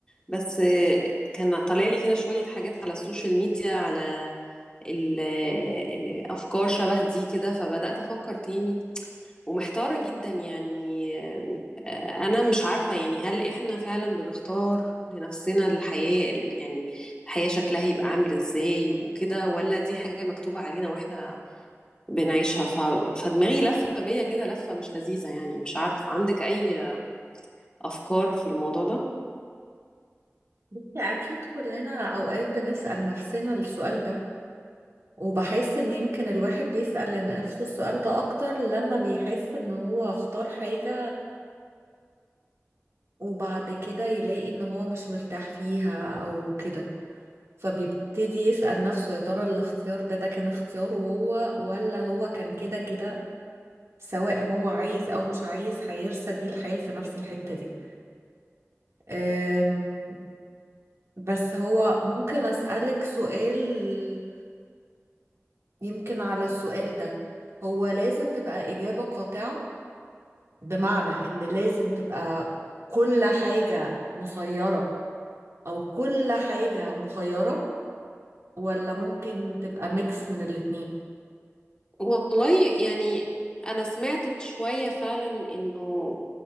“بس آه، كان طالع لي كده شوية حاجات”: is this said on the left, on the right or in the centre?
Left